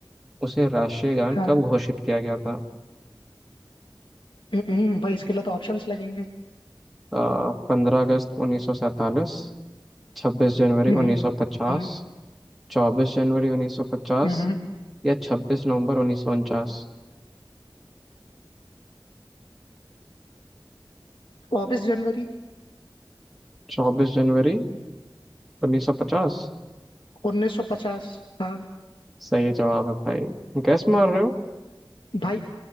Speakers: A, in the centre; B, on the left.
A: उसे राष्ट्रीय गान
B: हाँ
A: कब घोषित किया गया था
B: हम्म, हम्म, भाई इसके लिए तो ऑप्शंस लगेंगे
A: पंद्रह अगस्त उन्नीस सौ सैंतालीस छब्बीस जनवरी
B: हम्म
A: उन्नीस सौ पचास
B: हम्म
A: चौबीस जनवरी उन्नीस सौ पचास
B: हम्म, हम्म।
A: या छब्बीस नवंबर उन्नीस सौ उनचास
B: चौबीस जनवरी
A: चौबीस जनवरी उन्नीस सौ पचास
B: उन्नीस सौ पचास हाँ
A: सही जवाब है भाई गैस मार रहे हो
B: भाई